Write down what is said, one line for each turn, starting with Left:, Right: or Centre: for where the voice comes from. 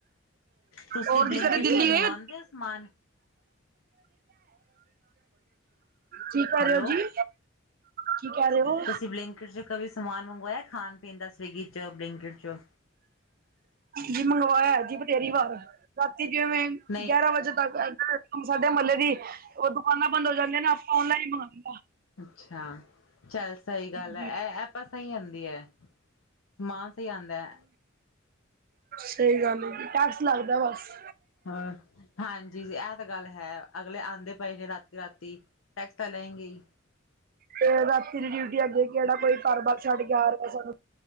Left: ਤੁਸੀਂ
Right: ਹੋਰ
Left: ਬਲਿੰਕਿਟ
Right: ਜੀ ਕਦੇ ਦਿੱਲੀ
Left: ਚ ਕੁਛ
Right: ਗਏ
Left: ਮੰਗਵਾਉਂਦੇ
Right: ਹੋ?
Left: ਓ ਸਮਾਨ?
Right: ਕੀ ਕਰ
Left: ਹੈਲੋ
Right: ਰੇ ਓ ਜੀ? ਕੀ ਕਹਿ ਰੇਓ?
Left: ਤੁਸੀਂ ਬਲਿੰਕਿਟ ਚ ਸਮਾਨ ਮੰਗਵਾਇਆ ਖਾਣ- ਪੀਣ ਦਾ ਸਵੀਗੀ ਚ, ਬਲਕਟ ਚ?
Right: ਜੀ ਮੰਗਵਾਇਆ ਜੀ ਬਥੇਰੀ ਵਾਰ, ਰਾਤੀ ਜਿਵੇਂ ਗਯਾਰਾਂ
Left: ਨਹੀਂ
Right: ਵਜੇ ਤੱਕ, ਸਾਡੇ ਮਹੱਲੇ ਦੀ ਓ ਦੁਕਾਨਾਂ ਬੰਦ ਹੋ ਜਾਂਦੀਆਂ ਨਾ, ਆਪਾਂ ਔਨਲਾਈਨ ਈ ਮੰਗਵਾਂਦੇ ਆ।
Left: ਅੱਛਾ, ਚੱਲ ਸਹੀ ਗੱਲ
Right: ਹਾਂਜੀ
Left: ਐ। ਐ ਐ ਐਪਾਂ ਸਹੀ ਹੁੰਦੀ ਏ। ਸਮਾਨ ਸਈ ਆਂਦਾ।
Right: ਸਈ ਗੱਲ, ਟੈਕਸ ਲੱਗਦਾ ਵੱਸ।
Left: ਹ ਹਾਂਜੀ, ਏ ਤੇ ਗੱਲ ਹੈ ਅਗਲੇ ਆਂਦੇ ਪਏ ਨੇ ਰਾਤੀ- ਰਾਤੀ। ਟੈਕਸ ਤਾਂ ਲਏ ਗੇਹੀ।
Right: ਤੇ ਰਾਤੀ ਡਿਊਟੀਆਂ ਦੇ ਕੇ ਜੇੜਾ ਕੋਈ ਘਰ-ਬਾਰ ਛੱਡ ਕੇ ਆਰੇ ਨੇ।